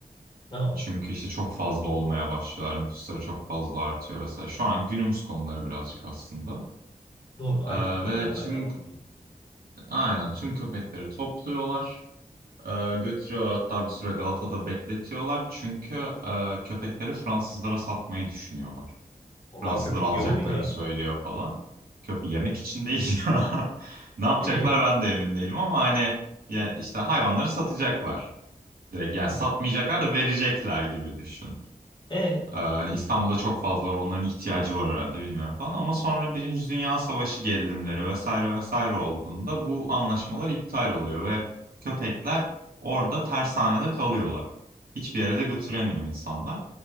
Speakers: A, on the left; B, on the right.
A: Ha, o.
B: Çünkü işte çok fazla olmaya başlıyorlar. Nüfusları çok fazla artıyor vesaire. Şu an günümüz konuları birazcık aslında.
A: doğru aynı
B: Ee,
A: problemler
B: ve tüm
A: devam ediyor.
B: aynen tüm köpekleri topluyorlar. Ee, götürüyorlar hatta bir süre Galata'da bekletiyorlar. Çünkü e, köpekleri Fransızlara satmayı düşünüyorlar.
A: Onlar
B: Fransızlar
A: köpek
B: alacaklarını
A: yiyor muydu ya?
B: söylüyor falan. Köpe yemek için değil <laughs> ya. Ne yapacaklar
A: Ne bileyim.
B: ben de emin değilim ama hani ya işte hayvanları satacaklar. Direkt yani
A: Allah.
B: satmayacaklar
A: Allah.
B: da verecekler gibi düşün.
A: E
B: Ee, Hani İstanbul'da çok fazla var onların ihtiyacı var herhalde bilmiyorum falan ama sonra Birinci Dünya Savaşı gerilimleri vesaire vesaire olduğunda bu anlaşmalar iptal oluyor ve köpekler orada tersanede kalıyorlar. Hiçbir yere de götüremiyor insanlar.